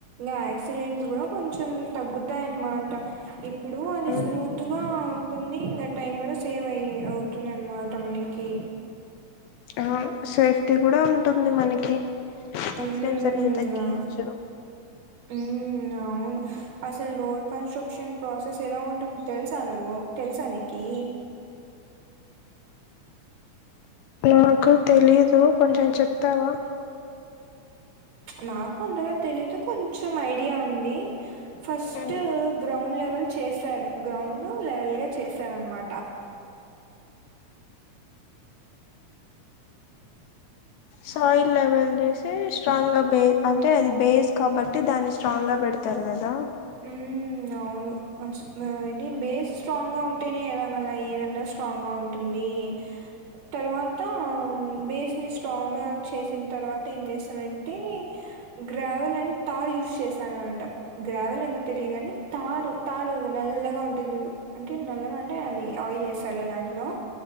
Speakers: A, on the right; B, on the left.
A: గ యాక్సిడెంట్స్ కూడా కొంచెం తగ్గు తగ్గుతాయి అన్న మాట ఇప్పు ఇప్పుడు అది
B: ఉమ్,
A: స్మూత్ గా ఉంటుంది ఇంకా టైమ్ కూడా సేవ్ అయి అవుతుందినమాట మనకి
B: అవును సేఫ్ టి కూడా ఉంటుంది మనకి
A: మ్మ్
B: యాక్సిడెంట్స్ అనేవి తగ్గియచ్చు
A: ఆ మ్మ్ అవును అసలు రోడ్ కన్స్ట్రక్షన్ ప్రాసెస్ ఎలా ఉంటుంది తెలుసా నువ్వు తెలుసానికి
B: నాకు తెలీదు కొంచెం చెప్తావా
A: నాకు అంతగా తెలీదు కొంచెం ఐడియా ఉంది ఫస్ట్
B: ఉమ్
A: గ్రౌండ్ లెవెల్ చేశాడు గ్రౌండ్ లెవెల్ గా చేశాడు అనమాట
B: సాయిల్ లెవెల్ చేసి స్ట్రాంగ్ గా బేస్ అంటే అది బేస్ కాబట్టి దాన్ని స్ట్రాంగ్ గా పెడతారు కదా
A: హ అవును ఇది బేస్ స్ట్రాంగ్గా ఉంటేనే కదా మళ్ళీ ఏదన్నా స్ట్రాంగ్గా ఉంటుంది తర్వాత బేస్ ని స్ట్రాంగ్ గా చేసిన తర్వాత ఏం చేస్తానంటే గ్రావెల్ అండ్ తార్ యూస్ చేసాననట గ్రావెల్ ఏమో తెలియదు కాని తారు తారు నల్లగా ఉంటుంది చూడు అంటే నల్లగా అంటే అది ఆయిల్ వేస్తారులే దాంట్లో